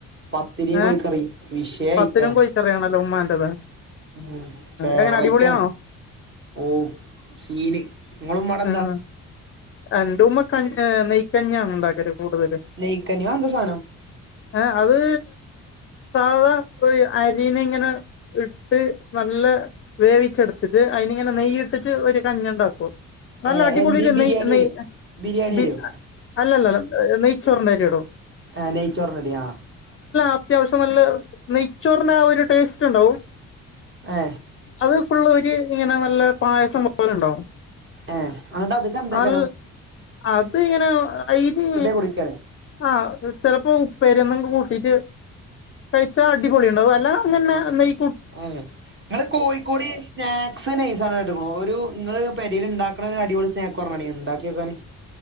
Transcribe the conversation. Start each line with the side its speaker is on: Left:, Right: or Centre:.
Right: പത്തിരിയും
Left: ഏ
Right: കോഴിക്കറിയും വിഷയ
Left: പത്തിരിം
Right: ഐറ്റാണ്
Left: കോഴിക്കറിയും ആണല്ലോ ഉമ്മാന്റെത്
Right: ഉം ഫേവറേറ്റ്
Left: എങ്ങനെ അടിപൊളി
Right: ആണ്
Left: ആണോ
Right: ഓ സീന് നിങ്ങളാ ഉമ്മാടെ എന്താ
Left: ആഹ് എന്റെ ഉമ്മ കഞ്ചേ നെയ്യ്ക്കഞ്ഞി ആണ് ഇണ്ടാക്കല് കൂടുതല്
Right: നെയ്ക്കഞ്ഞി അത് എന്താ സാധനം
Left: ഏ അത് സാധാ അരിനെ ഇങ്ങനെ ഇട്ട് നല്ല വേവിച്ചെടുത്തിട്ട് അയിന് ഇങ്ങനെ നെയ് ഇട്ടിട്ട് ഒരു കഞ്ഞി ഉണ്ടാക്കും നല്ല
Right: ഏ
Left: അടിപൊളിടെ
Right: എന്ത് ബിരിയാണി
Left: നെയ്യ് നെയ്യ്
Right: തരോ ബിരിയാണി
Left: ബി
Right: തരോ
Left: ഏ അല്ലല്ല നെയ്യ്ച്ചോറിന്റെ അരിയിടും
Right: ആ നെയ്യ്ച്ചോറിന്റെ അരി ആ
Left: അത്യാവശ്യം നല്ല നെയച്ചോറിന ആ ഒരു ടേസ്റ്റ് ഉണ്ടാവും
Right: ഏ
Left: അത് ഫുൾ ഒരു ഇങ്ങനെ നല്ല പായസം പോലെ ഉണ്ടാവും
Right: ഏ അങ്ങിട്ട് അതക്കെ എന്താക്കരം
Left: അൽ അത് ഇങ്ങനെ ഇനി
Right: കുടിക്കാലേ
Left: ആ ചിലപ്പോ ഉപ്പേരി ഒന്ന കൂട്ടിട്ട് കഴിച്ചാൽ അടിപൊളി ഉണ്ടാവും അല്ല അങ്ങനെ നെയ
Right: ആ ഞങ്ങള് കോഴിക്കോട് സ്നാക്സ് നൈസണ് എടുക്കണ ഒരു ഇങ്ങള് പരിൽ ഇണ്ട അടിപൊടി സ്നാക്ക്ക്കറഞ്ഞണീ ഉണ്ടാക്കിയൊക്കന്